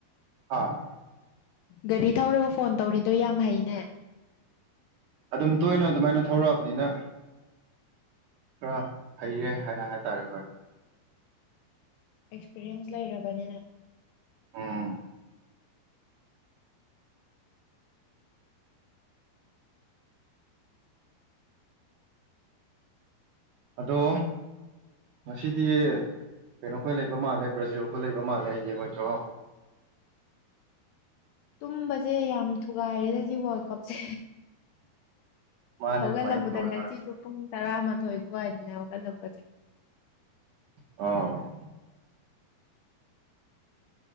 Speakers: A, on the right (about 75°); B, on the left (about 80°).
A: ꯍꯥ
B: ꯒꯥꯔꯤ ꯊꯧꯔꯒ ꯐꯣꯟ ꯇꯧꯔꯤꯗꯣ ꯌꯥꯝ ꯍꯩꯅꯦ
A: ꯑꯗꯨꯝ ꯇꯣꯏꯅ ꯑꯗꯨꯃꯥꯏꯅ ꯊꯧꯔꯛꯑꯕꯅꯤꯅ ꯈꯔ ꯍꯩꯔꯦ ꯍꯥꯏꯅ ꯍꯥꯏ ꯇꯔꯦ ꯍꯣꯏ
B: ꯑꯦꯛꯁꯄꯤꯔꯤꯌꯦꯟꯁ ꯂꯩꯔꯕꯅꯤꯅ
A: ꯎꯝ ꯑꯗꯣ ꯉꯁꯤꯗꯤ ꯀꯩꯅꯣ ꯈ ꯂꯩꯕ ꯃꯥꯜꯂꯦ ꯕ꯭ꯔꯖꯦꯜꯜꯣ ꯂꯩꯕ ꯃꯥꯜꯂꯦ ꯍꯥꯏꯁꯦꯣꯏ ꯆ
B: ꯇꯨꯝꯕꯁꯦ ꯌꯥꯝ ꯊꯨꯒꯥꯏꯔꯦꯗ ꯁꯤ ꯋꯥꯔꯜ ꯀꯞꯁꯦ
A: ꯃꯥꯅꯦ
B: ꯍꯧꯒꯜꯂꯛꯄꯗ
A: ꯑꯗꯨꯃꯥꯏꯅ ꯇꯧꯋꯦ
B: ꯉꯁꯤꯁꯨ
A: ꯍꯣꯏ
B: ꯄꯨꯡ ꯇꯥ ꯑꯃ ꯊꯣꯛꯣꯏ ꯋꯥꯏꯅꯦ ꯑ ꯀꯂꯛꯄ
A: ꯑ